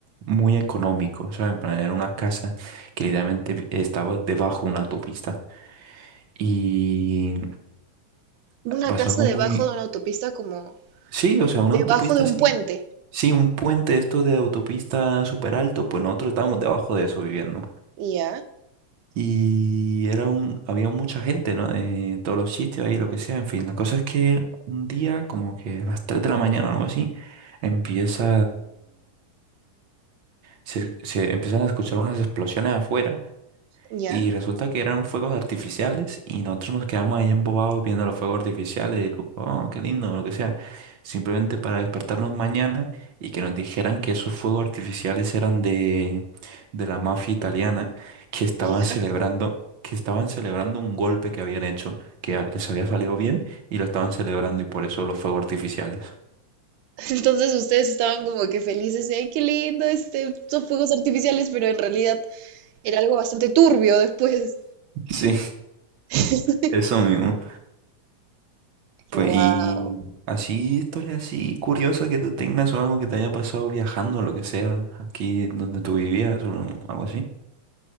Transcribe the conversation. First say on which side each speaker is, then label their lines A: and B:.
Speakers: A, on the right; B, on the right.
A: muy económico, ¿sabes? En plan, Era una casa que literalmente vi- estaba debajo de una autopista y
B: Una
A: pasó
B: casa
A: algo
B: debajo
A: muy...
B: de una autopista, como
A: Sí, o sea,
B: debajo
A: una autopista
B: de un
A: así...
B: puente.
A: Sí, un puente esto de autopista súper alto, pues nosotros estábamos debajo de eso viviendo.
B: Ya,
A: Y era un, había mucha gente, ¿no? Eh, todos los sitios ahí, lo que sea, en fin. La cosa es que un día, como que a las 3 de la mañana o algo así, empieza, se, se empiezan a escuchar unas explosiones afuera
B: ya,
A: y resulta que eran fuegos artificiales y nosotros nos quedamos ahí embobados viendo los fuegos artificiales y digo, oh, qué lindo, o lo que sea. Simplemente para despertarnos mañana y que nos dijeran que esos fuegos artificiales eran de, de la mafia italiana que estaban
B: ya.
A: celebrando, que estaban celebrando un golpe que habían hecho, que a- les había salido bien y lo estaban celebrando y por eso los fuegos artificiales.
B: <laughs> Entonces ustedes estaban como que felices de, ay, qué lindo, este, son fuegos artificiales, pero en realidad era algo bastante turbio después.
A: <laughs> Sí,
B: <laughs>
A: eso mismo. Pues,
B: Wow.
A: y así, historia así curiosa que tú tengas o algo que te haya pasado viajando, lo que sea, aquí donde tú vivías o algo así.